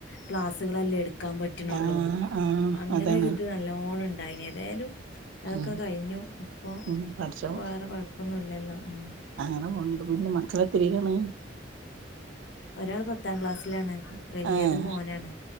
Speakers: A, on the left; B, on the right.
A: ക്ലാസ്സുകളെല്ലേ എടു ക്കാൻ പറ്റുള്ളൂ
B: ആഹ് ആഹ്
A: അങ്ങനെ
B: അതാണ്
A: ഒരു ഇത് നല്ലോണം ഉണ്ടായിന് ഏതായാലും അതൊക്കെ
B: ഉം
A: കഴിഞ്ഞു ഇപ്പൊ
B: ഉം പഠച്ചോൻ
A: വേറെ കൊഴപ്പൊന്നും ഇല്ലല്ലോ ഉം
B: അങ്ങനെ പോണ്ട് പിന്നെ മക്കളെ <unintelligible>
A: ഒരാൾ പത്താം ക്ലാസ്സിലാണ് വലിയത്
B: ഏഹ്
A: മോനാണ്